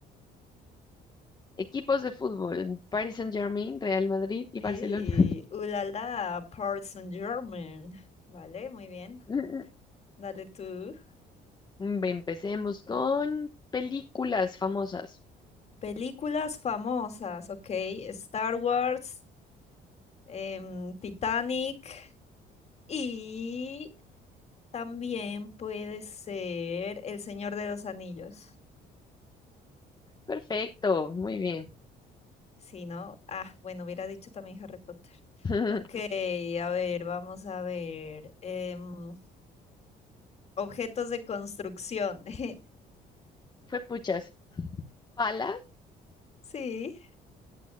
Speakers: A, on the left; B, on the left.
A: Equipos de fútbol, Paris Saint-Germain, Real Madrid y Barcelona.
B: Y, ulala, Paris Saint-Germain. Vale, muy bien.
A: <laughs>
B: Dale tú.
A: Mm, Empecemos con películas famosas.
B: Películas famosas, ok. Star Wars, em, Titanic y también puede ser El Señor de los Anillos.
A: Perfecto, muy bien.
B: Si no, ah, bueno, hubiera dicho también Harry Potter.
A: <laughs>
B: Ok, a ver, vamos a ver. em, objetos de construcción. <laughs>
A: Fue puchas. Pala,
B: Sí,